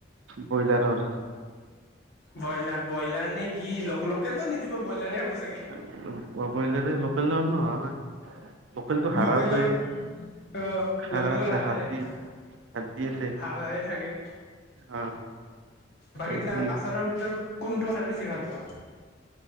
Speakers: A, on the right (about 80°); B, on the left (about 55°).
A: ব্ৰইলাৰৰ
B: বইলাৰ, বইলাৰ নে কি লোক লোকেলটো নিদিব বইলাৰে হব চাগে।
A: ব বই বইলাৰে ল'হ। কল নহয়। লোকেলটো হাৰা
B: লোকেলৰ
A: আছে
B: অ
A: হাৰা
B: লোকেলৰ
A: আছে
B: হাৰাৱেই,
A: হাড্ডি হাড্ডি আছে
B: হাৰাৱে থাকে।
A: অ
B: বাকী
A: এই কি
B: আচাৰৰ ভিতৰত। কোনটো খাই বেছি ভাল পোৱা?